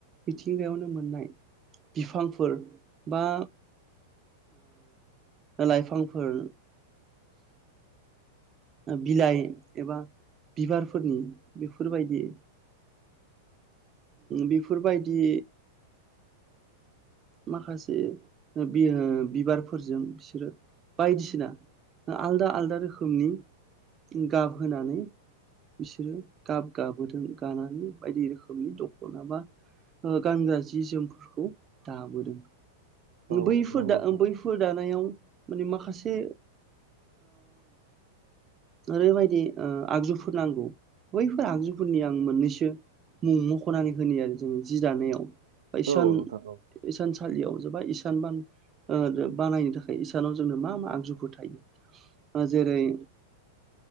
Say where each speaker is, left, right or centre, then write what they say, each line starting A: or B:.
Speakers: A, on the right; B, on the right.
A: मिथिंगायावनो मोननाय बिफांफोर बा लाइफांफोर बिलाइ एबा बिबारफोरनि बेफोरबायदि बेफोरबायदि माखासे बियो बिबारफोरजों बिसोरो बायदिसिना आलदा आलदा रोखोमनि गाब होनानै बिसोरो गाब गाबोदों गानानै बायदि रोखोमनि दख'ना बा गानग्रा जि जोमफोरखौ दाबोदों
B: औ
A: बैफोर
B: नंगौ
A: दा
B: नोंथां
A: बैफो फोर दानायाव माने माखासे ओरैबायदि आगजुफोर नांगौ बैफोर आगजुफोरनि आं मोननैसो मुं मख'नानै होनो आरो जों जि दानायाव बैसान
B: औ नोंथां औ
A: इसानसालियाव जोबा इसानबान ओ बो बानायनो थाखाय इसानाव जोंनो मा मा आगजुफोर थायो। जेरै